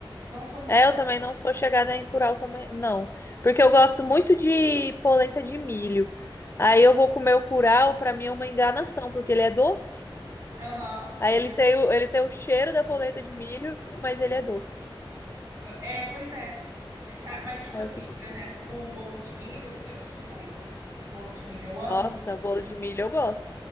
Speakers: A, on the right; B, on the left.
A: Não sou muito
B: É,
A: fã.
B: eu também não sou chegada em curau também, não. Porque eu gosto muito de polenta de milho. Aí eu vou comer o curau, pra mim é uma enganação, porque ele é doce.
A: Aham.
B: Aí ele
A: Eu.
B: tem o, ele tem o cheiro da polenta de milho, mas ele é doce.
A: É, pois é. Ah, mas, tipo
B: Aí
A: assim,
B: eu fico
A: por exemplo,
B: triste.
A: o bolo de milho, eu sou doida em bolo de milho. Eu amo.
B: Nossa, bolo de milho eu gosto.